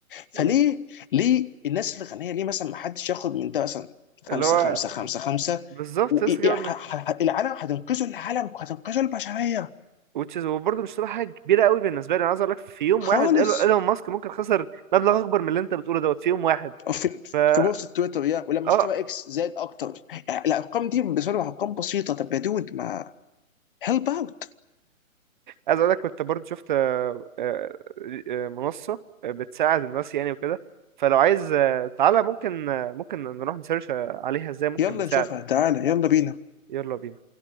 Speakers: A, on the left; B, on the right.
A: فليه
B: و-
A: ليه الناس الغنيه ليه مثلا ما حدش ياخد من ده مثلا
B: اللي
A: خمسة
B: هو
A: خمسة خمسة خمسة
B: بالظبط
A: والعالم
B: لسه جاي اقول لك
A: هتنقذوا العالم هتنقذوا البشرية
B: which is وبرضه مش تبقى حاجه كبيره قوي بالنسبه لي انا عايز اقول لك في يوم
A: خالص
B: واحد ايلون إيلون ماسك ممكن خسر مبلغ اكبر من اللي انت بتقوله دوت في يوم واحد
A: في
B: فا
A: في بوست تويتر يا ولما
B: اه
A: اشترى اكس زاد اكتر يعني الارقام دي بالنسبه لهم ارقام بسيطه طب يا دود ما هيلب اوت
B: عايز اقول لك كنت برضو شفت آه، آه، آه، منصة بتساعد الناس يعني وكده فلو عايز آه، تعالى ممكن آه، ممكن نروح نسيرش عليها ازاي ممكن
A: يلا
B: نساعد
A: نشوفها تعالى يلا بينا
B: يلا بينا